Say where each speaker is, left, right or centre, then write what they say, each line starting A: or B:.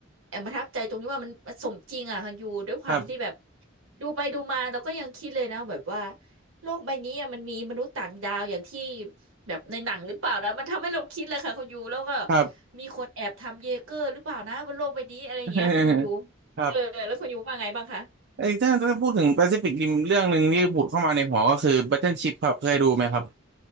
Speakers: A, on the right; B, on the right.
A: แอบประทับใจตรงที่ว่ามันมันสมจริงอ่ะค่ะอยู่ด้วยความที่แบบ
B: ครับ
A: ดูไปดูมาเราก็ยังคิดเลยนะแบบว่าโลกใบนี้อะมันมีมนุษย์ต่างดาวอย่างที่แบบในหนังหรือเปล่านะมันทำให้เราคิดเลยค่ะคุณยูแล้วก็
B: ครับ
A: มีคนแอบทำเยเกอร์หรือเปล่านะบนโลกใบนี้อะไรอย่างเงี้ยค่ะคุณยู
B: <laughs> ครับ
A: เออแล้วคุณยูว่าไงบ้างคะ
B: ไอ้ถ้าถ้าพูดถึงแปซิฟิกริมเรื่องหนึ่งที่ผุดเข้ามาในหัวก็คือ Battleship ครับเคยดูไหมครับ